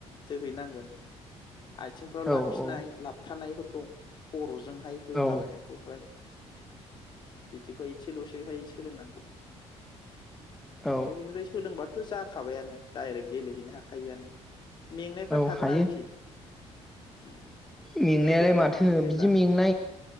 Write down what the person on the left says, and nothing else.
जोहैनांगोन। आइथिंफ्राव
लाखिनाय
लाबथानायफोरखौ खर' जोंहाय होलाबायनायखौहाय
इदिखौ इसेल' बेहाय सोलोंनांगौ ओमफ्राय
बेनिफ्राय सोलोंबा थ' जाखाबायानो दायरेक गेलेहैनो हाखायोआनो। मेंनायफ्रा
थागोन
आरोखि। उम ओमफ्राय
सोलोंबाय
थानांगोन जेब्ला